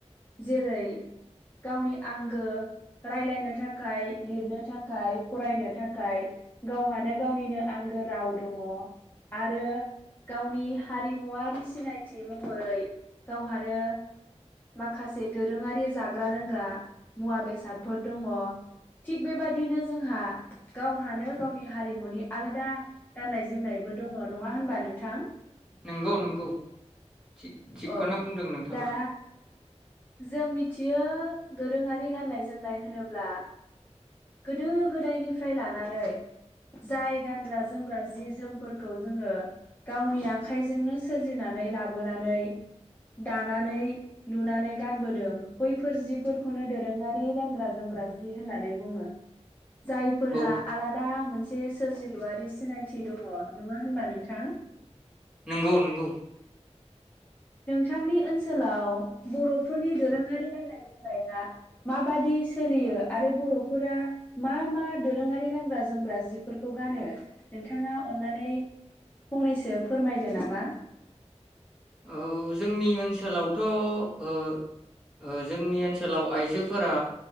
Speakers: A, on the left; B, in the centre.
A: जेरै गावनि आंगो रायलायनो थाखाय थाखाय लिरनो थाखाय फरायनो थाखाय गावहानो गावनिनो आंगो राव दङ आरो गावनि हारिमुवारि सिनायथि थि महरै गावहानो माखासे दोरोङारि जाग्रा लोंग्रा मुवा बेसादफोर दङ। थिग बेबादिनो जोंहा गावहानो गावनि हारिमुनि आलादा गाननाय जोमनायबो दङ नङा होनबा नोंथां?
B: नंगौ नंगौ थिग थिगखौनो
A: औ
B: बुंदों नोंथाङा।
A: दा जों मिथियो दोरोङारि गाननाय जोमनाय होनोब्ला गोदो गोदायनिफ्राय लानानै जाय गानग्रा जोमग्रा जि जोमफोरखौ जोङो गावनि आखाइजोंनो सोरजिनानै लाबोनानै दानानै लुनानै गानबोदों बैफोर जिफोरखौनो दोरोङारि गानग्रा जोमग्रा जि होननानै बुङो जायफोरहा
B: औ
A: आलादा मोनसे सोरजिलुआरि सिनायथि दङ नङा होनबा नोंथां
B: नंगौ नंगौ
A: नोंथांनि ओनसोलाव बर'फोरनि दोरोङारि गाननाय जोमनाया माबादि सोलियो आरो बर'फोरा मा मा दोरोङारि गानग्रा जोमग्रा जिफोरखौ गानो नोंथाङा अन्नानै फंनैसो फोरमायदो नामा?
B: औ जोंनि ओनसोलावथ ओ' जोंनि ओनसोलाव आइजोफोरा